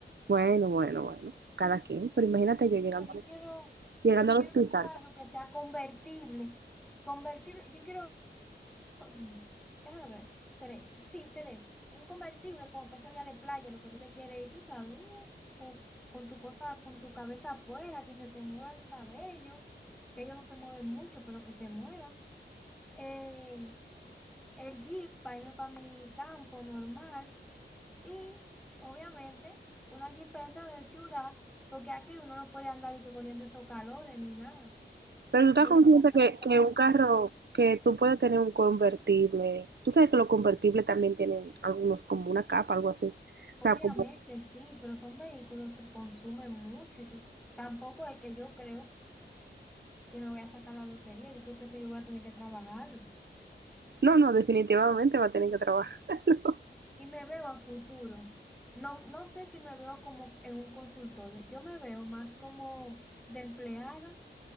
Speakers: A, on the right; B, in the centre.
A: bueno, bueno, bueno, cada quien, pero imagínate yo llegando,
B: Porque yo
A: al-
B: quiero,
A: llegando
B: yo
A: al
B: quiero
A: hospital.
B: un carro que sea convertible. Convertible, yo quiero, mm, déjame ver, tres, sí, tres. Un convertible como peso día de playa, lo que tú te quieres y tú sabes, uh, con, con tu cosa, con tu cabeza afuera, que se te mueva el cabello, que ellos no se mueven mucho, pero que se muevan. Eh, el Jeep para irme para mi campo normal. Y obviamente una jipeta de ciudad, porque aquí uno no puede andar y que cogiendo esos calores ni nada,
A: Pero tú estás
B: ni
A: consciente
B: gastando
A: que,
B: ese combustible.
A: que un carro, que tú puedes tener un convertible. Tú sabes que los convertibles también tienen algunos como una capa, algo así. O
B: Obviamente
A: sea, como...
B: sí, pero son vehículos que consumen mucho y tú tú- tampoco es que yo creo que me voy a sacar la lotería, yo creo que eso yo voy a tener que trabajarlo.
A: No, no, definitivamente va a tener que trabajar. <laughs>
B: Y me veo a futuro. No, no sé si me veo como en un consultorio, yo me veo más como de empleada